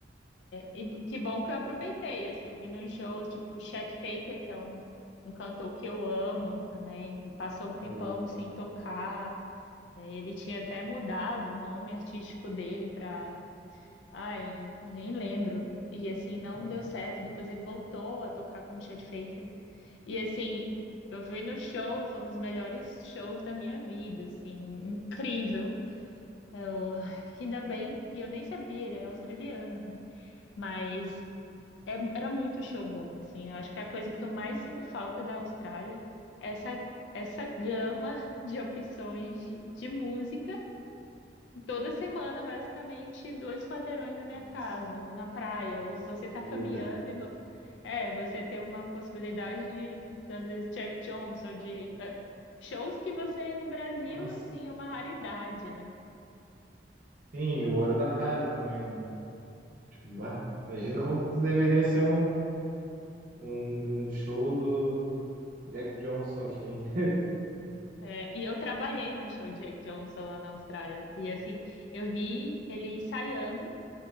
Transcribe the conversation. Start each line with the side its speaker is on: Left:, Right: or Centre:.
Left: E que bom que eu aproveitei, assim, eu fui nos shows, tipo, o Chet Faker, que é um, um cantor que eu amo também, e passou
Right: Ah,
Left: um tempão
Right: já ouvi
Left: sem
Right: falar.
Left: tocar. É, ele tinha até mudado o nome artístico dele para, ai, nem lembro. E assim, não
Right: Uhum.
Left: deu certo, depois ele voltou a tocar como Chet Faker. E assim, eu fui no show e foi um dos melhores shows da minha vida, assim, incrível. Eu, <sighs> ainda
Right: Ah,
Left: bem, e eu nem sabia, ele era australiano, né? Mas é- era muito show bom, assim. Eu acho que a coisa que eu mais sinto falta da Austrália é essa, essa gama de opções de, de música. Toda semana, basicamente, dois quarteirões
Right: <laughs>
Left: na minha
Right: Nossa,
Left: casa, ou na praia,
Right: nossa,
Left: ou você
Right: que
Left: tá
Right: vida.
Left: caminhando e vo- é, você tem uma possibilidade de, às vezes, Jack Johnson, de eh, shows que você no Brasil,
Right: Nossa,
Left: assim, é uma raridade, né?
Right: sim, e o ouro da cara também, né? Tipo, bah, imagina como que deveria ser um, um, um show do Jack Johnson aqui, hein?
Left: É, e eu trabalhei num show de Jack Johnson lá na Austrália. E assim, eu vi ele ensaiando.